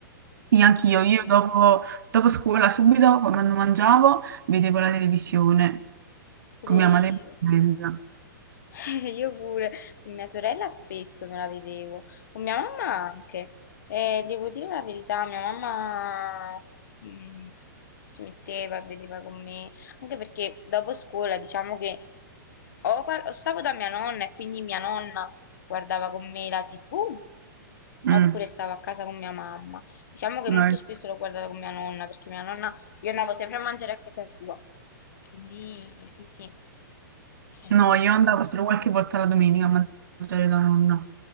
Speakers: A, on the right (about 70°); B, on the left (about 60°).
A: Sì,
B: Era
A: anch'io,
B: bello.
A: io dopo, dopo scuola, subito quando mangiavo, vedevo la televisione
B: Pure
A: con mia
B: io.
A: madre e mia sorella.
B: <laughs> Io pure, con mia sorella spesso me la vedevo, con mia mamma anche. E devo dire la verità, mia mamma mm, si metteva e vedeva con me, anche perché dopo scuola diciamo che o, guard- o stavo da mia nonna e quindi mia nonna guardava con me la TV,
A: Mm,
B: oppure stavo a casa con mia mamma. Diciamo che
A: noi-
B: molto spesso l'ho guardata con mia nonna, perché mia nonna, io andavo sempre a mangiare a casa sua. Quindi sì, sì, è
A: No,
B: così.
A: io andavo solo qualche volta la domenica a mangiare da nonna.